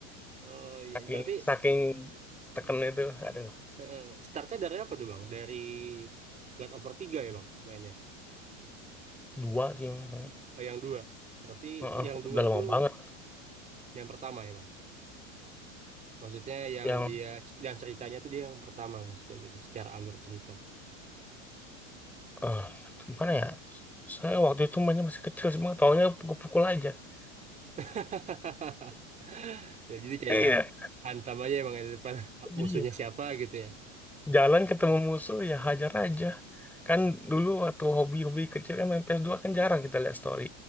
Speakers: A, on the right; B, in the centre.
A: Oh iya,
B: Saking
A: berarti
B: saking teken itu ada
A: eh, eh, startnya dari apa tuh bang? Dari God of War 3 ya bang mainnya?
B: dua sih emang saya.
A: Oh yang dua. Berarti
B: Heeh,
A: yang dua
B: udah lama
A: tuh
B: banget
A: yang pertama ya bang? Maksudnya yang
B: yang
A: dia, yang ceritanya tuh dia yang pertama maksudnya gitu, secara alur cerita.
B: eh gimana ya? Saya waktu itu mainnya masih kecil cuma taunya pukul-pukul aja. <laughs>
A: <laughs> Ya, jadi kayak
B: Iya.
A: hantam aja ya bang di depan <laughs>
B: Iya.
A: musuhnya siapa gitu ya.
B: Jalan ketemu musuh ya hajar aja. Kan dulu waktu hobi-hobi kecil kan main ps dua kan jarang kita lihat story.